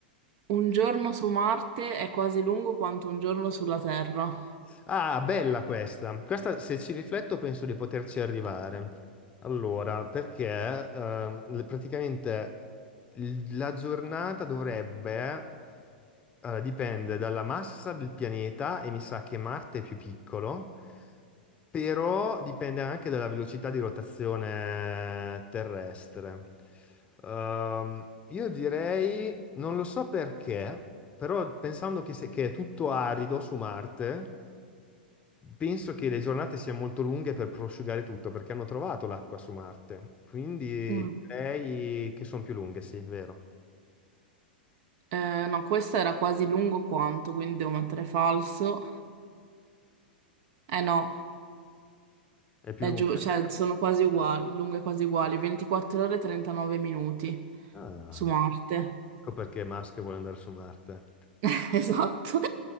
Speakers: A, on the right; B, on the left.
A: un giorno su Marte è quasi lungo quanto un giorno sulla Terra.
B: Ah, bella questa. Questa, se ci rifletto, penso di poterci arrivare. Allora, perché eh, le- praticamente il- la giornata dovrebbe, allora, dipende dalla massa del pianeta e mi sa che Marte è più piccolo, però dipende anche dalla velocità di rotazione terrestre. Ehm, io direi, non lo so perché, però pensando che, se- che è tutto arido su Marte. Penso che le giornate siano molto lunghe per prosciugare tutto, perché hanno trovato l'acqua su Marte. Quindi
A: Mm.
B: direi che sono più lunghe, sì, è vero.
A: Eh, no, questa era quasi lungo quanto, quindi devo mettere falso. Eh no,
B: È più
A: è
B: lunga?
A: giù, cioè sono quasi uguali, lunghe quasi uguali, 24 ore e 39 minuti
B: Ah,
A: su Marte.
B: ecco perché Musk vuole andare su Marte.
A: <laughs> Esatto.